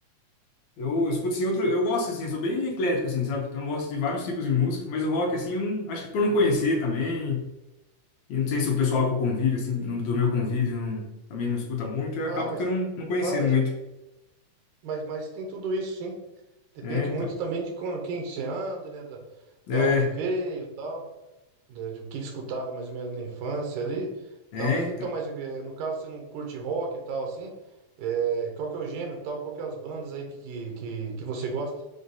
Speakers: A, on the left (about 75°); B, on the right (about 80°).
A: Eu escuto assim outro, eu gosto assim, eu sou bem eclético assim, sabe? Então eu gosto de vários tipos de música, mas o rock assim, um, acho que por não conhecer também, e não sei se o pessoal que eu convivo assim, no- do meu convívio não- também não escuta muito, eu
B: Ah,
A: acabo
B: mas.
A: que eu não, não conhecendo
B: Ah, mas,
A: muito,
B: mas, mas tem tudo isso, sim. Depende
A: né? Então,
B: muito também de quando, quem que você anda, né? Da,
A: é,
B: da onde veio e tal. né, de o que escutava mais ou menos na infância ali.
A: é,
B: Tal, mas
A: então.
B: então, mas eh, no caso você não curte rock e tal, assim. eh, qual que é o gênero e tal? Qual que é as bandas aí que, que, que, que você gosta?